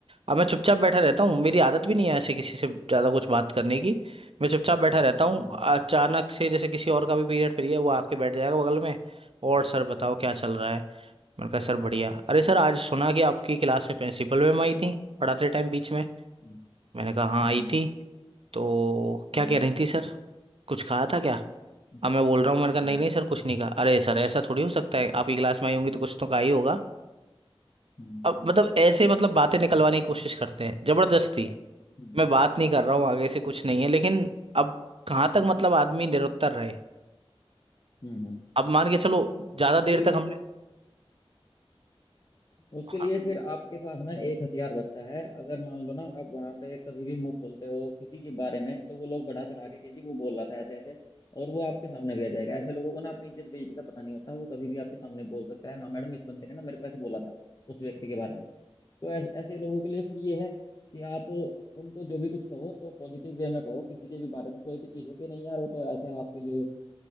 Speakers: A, on the right; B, on the left.
A: अब मैं चुपचाप बैठा रहता हूँ मेरी आदत भी नहीं है ऐसे किसी से ज़्यादा कुछ बात करने की मैं चुपचाप बैठा रहता हूँ
B: हम्म
A: अचानक से जैसे किसी और का भी पीरियड फ्री है वो आके बैठ जाएगा बगल में और सर बताओ क्या चल रहा है मैंने कहा सर बढ़िया अरे सर आज सुना कि आपकी क्लास में प्रिंसिपल मैम आई थी पढ़ाते टाइम बीच में
B: हम्म
A: मैंने कहा हाँ
B: हम्म,
A: आई थी तो क्या
B: हम्म,
A: कह रही थी सर कुछ कहा था क्या
B: अच्छा,
A: अब मैं बोल रहा हूँ मैंने कहा नहीं
B: हम्म, अच्छा।
A: नहीं सर कुछ नहीं कहा अरे सर ऐसा थोड़ी हो सकता है आपकी क्लास में आई होंगी तो कुछ तो कहा ही होगा
B: हम्म,
A: अब मतलब ऐसे मतलब बातें निकलवाने की कोशिश करते हैं जबरदस्ती
B: हम्म,
A: मैं बात नहीं कर रहा हूँ आगे से कुछ नहीं है लेकिन अब कहाँ तक मतलब आदमी निरुत्तर रहे
B: हम्म, हम्म।
A: अब मान के चलो ज्यादा
B: उसके
A: देर
B: लिए
A: तक हमने
B: उसके
A: हाँ,
B: लिए फिर आपके पास ना एक हथियार बचता है अगर मान लो ना आप वहां पे कभी भी मुंह खोलते हो किसी के बारे में तो वो लोग बढ़ा चढ़ा के कि जी वो बोल रहा था ऐसे ऐसे और वो आपके सामने भी आ जाएगा ऐसे लोगों को ना अपनी इज्जत बेइज्जती का पता नहीं होता वो कभी भी आपके सामने बोल सकता है हाँ मैडम इस बंदे ने ना मेरे को ऐसे बोला था उस व्यक्ति के बारे में तो ऐसे ऐसे लोगों के लिए फिर ये है कि आप उनको जो भी कुछ कहो तो पॉजिटिव वे में कहो किसी के भी बारे में कोई भी चीज़ हो कि नहीं यार वो तो ऐसा आपके लिए अ,